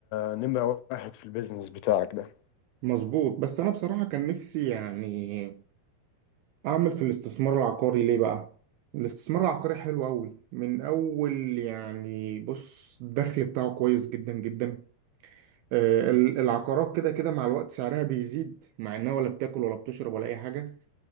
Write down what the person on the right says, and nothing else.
مظبوط بس انا بصراحة كان نفسي يعني اعمل في الاستثمار العقاري ليه بقى الاستثمار العقاري حلو قوي من اول يعني بص الدخل بتاعه كويس جدا جدا آه، ال- العقارات كده كده مع الوقت سعرها بيزيد مع انها ولا بتاكل ولا بتشرب ولا اي حاجه